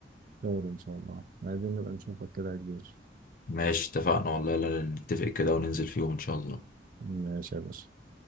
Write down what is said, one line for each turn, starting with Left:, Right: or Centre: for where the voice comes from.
Right: خير ان شاء الله عايزين نبقى نشوفك كده يا كبير
Left: ماشي اتفقنا والله لا لا، نتفق كده وننزل فيهم ان شاء الله
Right: ماشي يا باشا